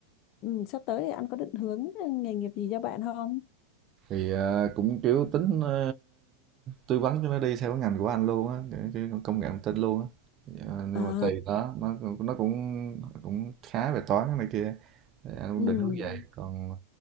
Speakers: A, on the left; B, on the right.
A: ừ, sắp tới thì anh có định hướng nghề nghiệp gì cho bạn không
B: Thì ờ, cũng kiểu tính ờ, tư vấn cho nó đi theo cái ngành của anh luôn á, cái, cái công nghệ thông tin luôn á. Ờ, nhưng
A: à
B: mà tùy nó, nó nó cũng cũng khá về toán này kia. Thì anh cũng
A: ừ
B: định hướng vậy. Còn